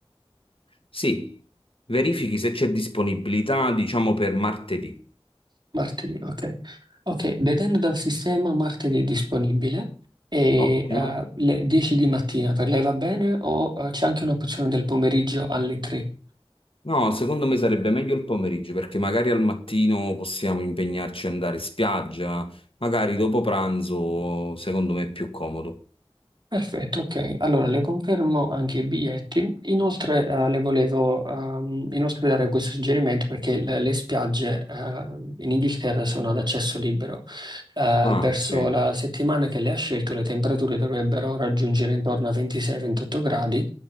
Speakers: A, on the left; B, on the right.
A: Sì, verifichi se c'è disponibilità, diciamo, per martedì.
B: martedì, ok. Ok, vedendo dal sistema martedì è disponibile. E
A: Ottimo.
B: eh, le 10 di mattina per lei va bene o eh, c'è anche un'opzione del pomeriggio alle 3?
A: No, secondo me sarebbe meglio il pomeriggio perché magari al mattino possiamo impegnarci ad andare in spiaggia, magari dopo pranzo, secondo me è più comodo.
B: Perfetto, ok. Allora le confermo anche i biglietti. Inoltre eh, le volevo ehm, inoltre dare questo suggerimento perché le, le spiagge eh, in Inghilterra sono ad accesso libero. Eh,
A: Ah,
B: verso
A: ok.
B: la settimana che lei ha scelto le temperature dovrebbero raggiungere intorno a 26-28 gradi,